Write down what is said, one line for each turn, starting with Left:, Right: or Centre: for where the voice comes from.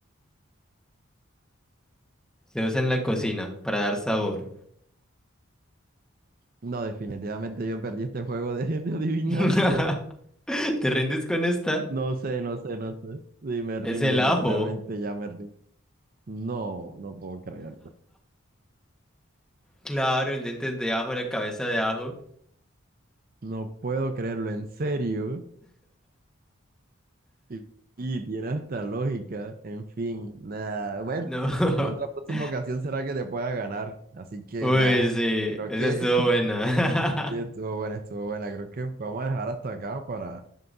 Centre: Se usa en la cocina para dar sabor.
Right: No, definitivamente yo perdí este juego de, de adivinanza.
Centre: <laughs>
Right: <laughs>
Centre: ¿Te rindes con esta?
Right: No sé, no sé, no sé. Sí, me rindo,
Centre: Es el
Right: literalmente
Centre: ajo.
Right: ya me rindo. No, no puedo creerlo.
Centre: Claro, el diente es de ajo, la cabeza de ajo.
Right: No puedo creerlo, en serio. Y, y tiene hasta lógica. En fin, nada. Bueno,
Centre: No.
Right: en otra
Centre: <laughs>
Right: próxima ocasión será que te pueda ganar. Así que
Centre: Uy,
Right: nada.
Centre: sí,
Right: Creo
Centre: esa
Right: que
Centre: estuvo
Right: <laughs> sí,
Centre: buena.
Right: estuvo
Centre: <laughs>
Right: buena, estuvo buena. Creo que vamos a dejar hasta acá para...